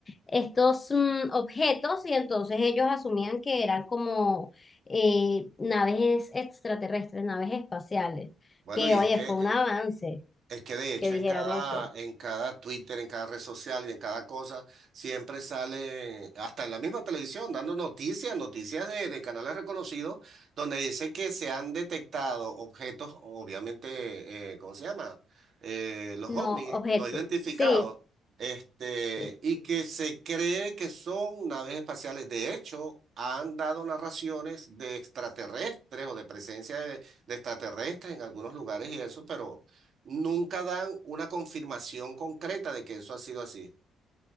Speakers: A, on the left; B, on the right.
A: estos mm, objetos y entonces ellos asumían que eran como eh, naves extraterrestres, naves espaciales.
B: bueno,
A: Que
B: y es
A: oye,
B: que
A: fue un avance
B: Es que de hecho
A: que dijeran
B: en cada,
A: eso.
B: en cada Twitter, en cada red social y en cada cosa, siempre sale, hasta en la misma televisión, dando noticias, noticias de, de canales reconocidos, donde dice que se han detectado objetos, obviamente, eh, ¿cómo se llama? Eh, los
A: No,
B: ovnis
A: objetos,
B: no identificados,
A: sí.
B: este,
A: sí.
B: y que se cree que son naves espaciales. De hecho, han dado narraciones de extraterrestres o de presencia de, de extraterrestres en algunos lugares y eso, pero nunca dan una confirmación concreta de que eso ha sido así.